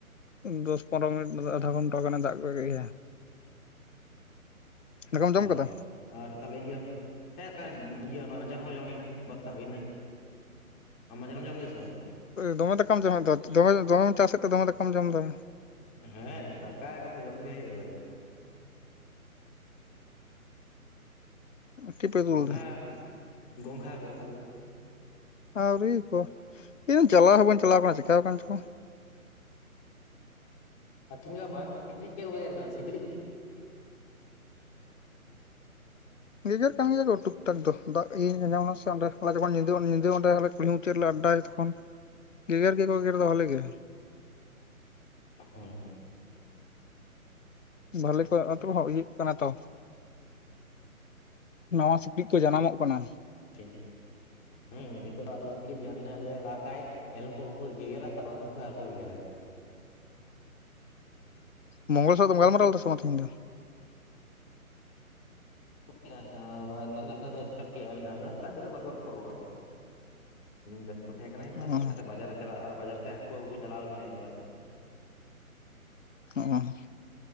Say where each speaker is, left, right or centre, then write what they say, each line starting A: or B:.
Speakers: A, on the left; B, on the left.
A: ᱫᱚᱥ ᱯᱚᱱᱨᱚ ᱢᱤᱱᱤᱴ ᱟᱫᱷᱟ ᱜᱷᱚᱱᱴᱟ ᱜᱟᱱᱮ ᱫᱟᱜ ᱠᱚ ᱜᱮᱭᱟ
B: <inaudible>
A: ᱫᱟᱠᱟᱢ
B: ᱚ
A: ᱡᱚᱢ ᱟᱠᱟᱫᱟ?
B: ᱟᱨ ᱛᱟᱦᱞᱮ ᱤᱭᱟᱹ ᱦᱮᱸ ᱤᱭᱟᱹ ᱚᱱᱟᱡᱮᱱ ᱦᱚᱸ ᱡᱚᱢ ᱦᱩᱭᱱᱟ ᱵᱟᱫᱽᱫᱷᱟ ᱦᱩᱭᱱᱟ ᱟᱢ ᱢᱟᱡᱟᱱ ᱡᱚᱢᱠᱫᱟ ᱥᱮᱵᱟᱝ
A: ᱫᱚᱢᱮ ᱫᱟᱠᱟᱢ ᱡᱚᱢᱮᱫ ᱫᱚᱢᱮ ᱫᱚᱢᱮᱢ ᱪᱟᱥᱮᱫ ᱛᱮ ᱫᱚᱢᱮ ᱫᱟᱠᱟᱢ ᱡᱚᱢ ᱮᱫᱟ
B: ᱦᱮᱸ ᱫᱟᱠᱟᱭ ᱠᱚᱛᱚ ᱡᱚᱢ ᱜᱮ ᱦᱩᱭᱩᱜᱼᱟ
A: ᱴᱤᱯ ᱮ ᱫᱩᱞ
B: ᱜᱚᱝᱜᱷᱟ ᱜᱚᱝᱜᱷᱟ ᱜᱚᱝᱜᱷᱟ ᱞᱩᱜ
A: ᱟᱹᱣᱨᱤ ᱠᱚ ᱤᱧ ᱪᱟᱞᱟᱣ ᱦᱚᱸ ᱵᱟᱹᱧ ᱪᱟᱞᱟᱣ ᱠᱟᱱᱟ ᱪᱤᱠᱟᱣᱠᱟᱱ ᱪᱚᱜᱽ
B: ᱟᱨ ᱛᱦᱮᱧ ᱜᱟᱯᱟ ᱵᱟᱨᱮ ᱥᱮ ᱥᱤᱠᱲᱤᱡ ᱪᱮᱫ ᱠᱩ ᱜᱮᱜᱮᱨ ᱠᱟᱱᱟ ᱥᱤᱠᱲᱤᱡ
A: ᱜᱮᱜᱮᱨ ᱠᱟᱱ ᱜᱮᱭᱟ ᱠᱚ ᱴᱩᱠ ᱴᱟᱠ ᱫᱚ ᱫᱟᱜ ᱤᱭᱟᱹᱧ ᱟᱸᱡ ᱮᱱᱟ ᱥᱮ ᱚᱸᱰᱮᱮ ᱡᱮᱚᱱ ᱧᱤᱫᱟᱹ ᱧᱤᱫᱟᱹ ᱚᱸᱰᱮ ᱠᱩᱞᱦᱤ ᱢᱩᱪᱟᱹᱫ ᱞᱮ ᱟᱰᱰᱟᱭ ᱛᱚᱠᱷᱚᱱ ᱜᱮᱜᱮᱨ ᱜᱮᱠᱚ ᱜᱮᱜᱮᱨ ᱫᱚ ᱵᱷᱟᱹᱞᱤ ᱜᱮ
B: ᱦᱮᱸ
A: ᱵᱷᱟᱞᱤ ᱠᱚᱨᱮ ᱟᱛᱳ ᱦᱚᱸ ᱤᱭᱟ ᱠᱟᱱᱟ ᱛᱚ ᱱᱟᱣᱟ ᱥᱤᱠᱲᱤᱡ ᱠᱚ ᱡᱟᱱᱟᱢᱚᱜ ᱠᱟᱱᱟ
B: ᱴᱷᱤᱠ ᱦᱮᱸ ᱱᱤᱛᱚᱜ ᱫᱚ ᱟᱫᱚ ᱥᱤᱲᱤᱡ ᱡᱟᱦᱟᱸᱛᱤᱱᱟᱹ ᱫᱟᱜ ᱟᱭ ᱮᱱᱦᱚᱸ ᱵᱟᱠᱚ ᱜᱮᱜᱮᱨᱟ ᱛᱟᱨᱯᱚᱨ ᱫᱤᱱ ᱠᱷᱚᱱ ᱟᱨᱠᱚ ᱜᱮᱜᱮᱨᱟ
A: ᱢᱚᱝᱚᱞ ᱥᱚᱣ ᱫᱚ ᱜᱟᱞ ᱢᱟ ᱨᱟᱣᱞᱫᱟᱚᱢ ᱞᱮᱫᱟᱢ ᱥᱮ ᱵᱟᱝ ᱛᱤᱦᱤᱧ ᱫᱚ
B: <unintelligible> ᱢᱤᱫ ᱫᱷᱟᱣ <unintelligible> ᱫᱚ ᱛᱟᱨ ᱯᱚᱨ ᱫᱚ ᱵᱟᱞᱤᱧ ᱜᱚᱞᱯᱷᱚᱣᱟᱼ ᱩᱱᱤ ᱵᱮᱥᱛᱚ ᱛᱟᱦᱮᱸ ᱠᱟᱱᱟᱭ ᱛᱚ
A: ᱦᱩᱸ
B: ᱛᱟᱦᱚᱞᱮ ᱵᱟᱡᱟᱨᱮ ᱪᱟᱞᱟᱜᱼᱟ ᱟᱨ ᱵᱟᱡᱟᱨ ᱥᱮᱫ ᱦᱟᱹᱠᱩ ᱟᱹᱜᱩ ᱠᱚ ᱪᱟᱞᱟᱣ ᱞᱮᱱᱟᱭ ᱟᱵᱟᱨ
A: ᱦᱮᱸ